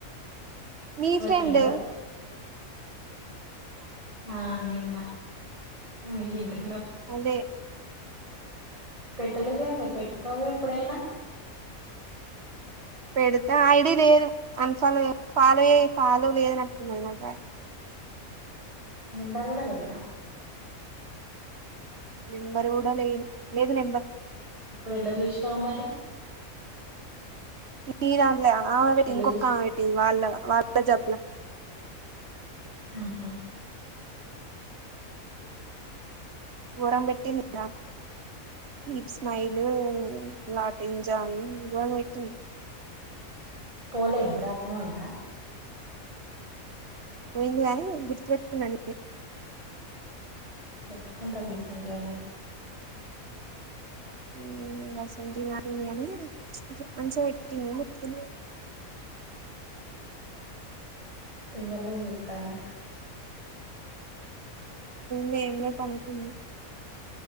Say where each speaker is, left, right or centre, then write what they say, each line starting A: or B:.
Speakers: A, on the right (about 50°); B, on the right (about 25°).
A: నీ ఫ్రెండు
B: ఫ్రెండ్ ఆ నిన్న ఉ మీగా
A: ఫోన్ జే
B: పెట్టలేదే ఏంది పెట్టతాంది ఎప్పుడైనా
A: పెడితే ఐడి లేదు అన్ఫాలో ఫాలో అయి ఫాలో లేదుని అట్టుగా
B: నెంబర్ గూడ లేదా
A: నెంబర్ కూడా లే లేదు నెంబర్
B: ఇప్పుడ ఎట్లా జూసినవు మరె
A: ఇటి దాంట్లో అప్ ఆంటీ
B: ఎట్లా
A: ఇంకొక
B: చూస్
A: ఆంటీ వాళ్ళ వార్త జప్న
B: ఆ హా
A: గోరం పెట్టిన్ది స్నాప్ ఈ స్మైలూ <unintelligible> జాయి ఇవ న్ పెట్టింది
B: పోలే ఇంకాట్నే ఉందా
A: పోయింది గాని గుర్తుపెట్టుకున్న నేనే
B: పెట్టుకుంటవ్ గిసోంటివి అన్నీ
A: ఊ గాసొంటివి..... <unintelligible> కొంచం మంచిగా పెట్టింది
B: పింగర్ రింగ్ చెతాన్న
A: మేమిలే పనుకున్న